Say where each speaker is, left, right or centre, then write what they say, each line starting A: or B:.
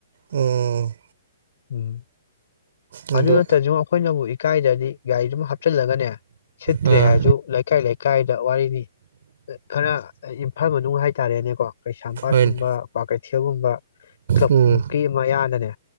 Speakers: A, on the right; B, on the left.
A: ꯎꯝ
B: ꯎꯝ
A: ꯎꯝ
B: ꯑꯗꯨ
A: ꯑꯗꯣ
B: ꯅꯠꯇꯁꯨ ꯑꯩꯈꯣꯏꯅꯕꯨ ꯏꯀꯥꯏꯗꯗꯤ ꯒꯥꯔꯤꯗꯨꯃ ꯍꯥꯞꯆꯤꯜꯂꯒꯅꯦ ꯁꯤꯠꯇ꯭ꯔꯦ
A: ꯑꯥ
B: ꯍꯥꯏꯔꯁꯨ ꯂꯩꯀꯥꯏ ꯂꯩꯀꯥꯏꯗ ꯋꯥꯔꯤꯅꯤ ꯈꯔ ꯏꯝꯐꯥꯜ ꯃꯅꯨꯡ ꯍꯥꯏꯇꯥꯔꯦꯅꯦꯀꯣ ꯀꯩꯁꯥꯝꯄꯥꯠ
A: ꯍꯣꯏꯅꯦ
B: ꯀꯨꯝꯕꯩ ꯊꯤꯒꯨꯝꯕ ꯀ꯭ꯂꯕꯃꯨꯛꯀꯤ
A: ꯎꯝ
B: ꯃꯌꯥꯗꯅꯦ